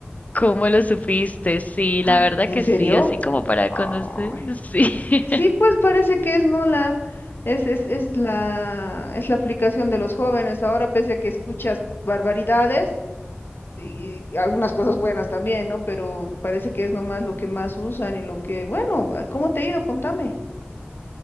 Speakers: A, on the left; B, on the left.
A: ¿Cómo lo supiste? Sí,
B: Ay,
A: la verdad
B: ¿en
A: que
B: serio?
A: sí, así como para
B: Ay.
A: conocer, sí. <laughs>
B: Sí, pues parece que es no la, es, es, es la, es la aplicación de los jóvenes. Ahora, pese a que escuchas barbaridades, y y algunas cosas buenas también, ¿no? Pero parece que es nomás lo que más usan y lo que, bueno, ah, ¿cómo te ha ido? Contame.